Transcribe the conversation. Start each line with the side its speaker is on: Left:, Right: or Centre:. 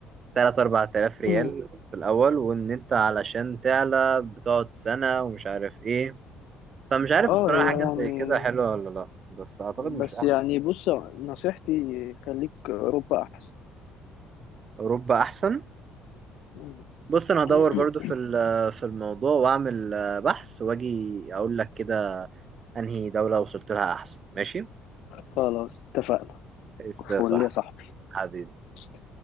Right: 3 4000 ريال
Left: مم.
Right: في الاول وان انت علشان تعلى بتقعد سنه ومش عارف ايه فمش عارف
Left: اه
Right: الصراحه
Left: هي يعني
Right: حاجه زي كده حلوه ولا لا بس اعتقد
Left: بس
Right: مش احسن
Left: يعني بص نصيحتي خليك أوروبا أحسن
Right: اوروبا احسن
Left: مم.
Right: بص انا هدور
Left: <clears throat>
Right: برضو في ال- في الموضوع واعمل آه، بحث واجي اقول لك كده انهي دولة وصلت لها احسن ماشي
Left: خلاص اتفقنا
Right: ايش ده
Left: فول
Right: صح
Left: يا صاحبي
Right: حبيبي
Left: قشطة.